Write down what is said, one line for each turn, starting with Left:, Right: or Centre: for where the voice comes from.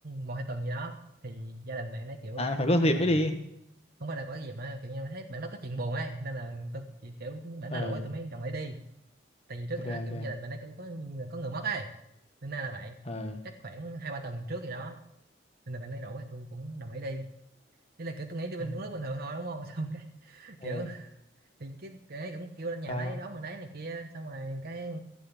Right: một hai tuần gì đó thì gia đình bạn đấy kiểu
Left: à là
Right: nói
Left: phải có dịp
Right: chung là
Left: mới đi
Right: không phải là có cái dịp mà kiểu như là thấy bạn đó có chuyện buồn ấy nên là tôi chỉ kiểu bạn
Left: ờ
Right: nó rủ thì tôi mới đồng ý đi tại vì trước
Left: ok
Right: thì nó kiểu
Left: ok
Right: gia đình bạn đấy cũng có người- có người mất ấy nên là bạn
Left: ờ
Right: chắc khoảng hai ba tuần trước gì đó nên là bạn ấy rủ thì tôi cũng đồng ý đi Đây là kiểu tôi nghĩ đi bình
Left: ờ
Right: uống nước bình thường thôi đúng không xong cái <laughs>
Left: ờ,
Right: kiểu thì cái cái ấy cũng kêu lên nhà
Left: sao
Right: bạn ấy đón mình đấy này kia xong rồi cái